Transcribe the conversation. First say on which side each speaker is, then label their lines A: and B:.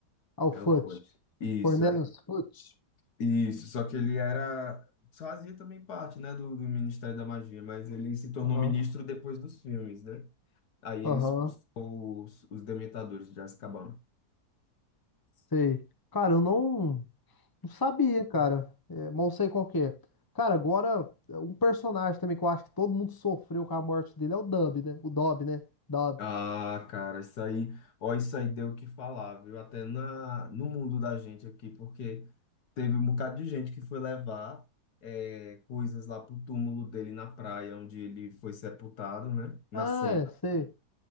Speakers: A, on the left; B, on the left.
A: Ah, o
B: É
A: Fudge.
B: o Fudge. Isso,
A: Cornelius
B: é.
A: Fudge.
B: Isso, só que ele era... Fazia também parte, né, do, do Ministério da Magia, mas ele se tornou
A: Aham,
B: ministro depois dos filmes, né? Aí
A: aham.
B: ele expulsou os, os dementadores de Azkaban.
A: Sei. Cara, eu não. Não sabia, cara. É, mas eu sei qual que é. Cara, agora, é, um personagem também que eu acho que todo mundo sofreu com a morte dele é o Dub, né? O Dob, né? Dob.
B: Ah, cara, isso aí, ó, isso aí deu o que falar, viu? Até na, no mundo da gente aqui, porque teve um bocado de gente que foi levar é, coisas lá pro túmulo dele na praia, onde ele foi sepultado, né? Na
A: Ah,
B: Sena.
A: é, sei.